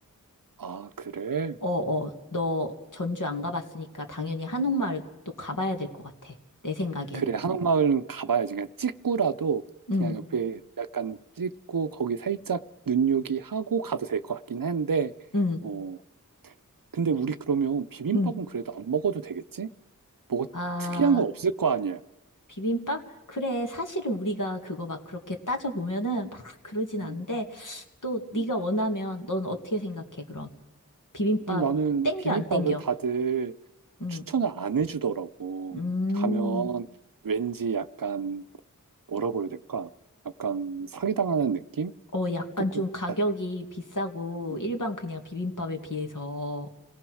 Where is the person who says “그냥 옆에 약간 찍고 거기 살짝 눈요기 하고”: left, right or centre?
Right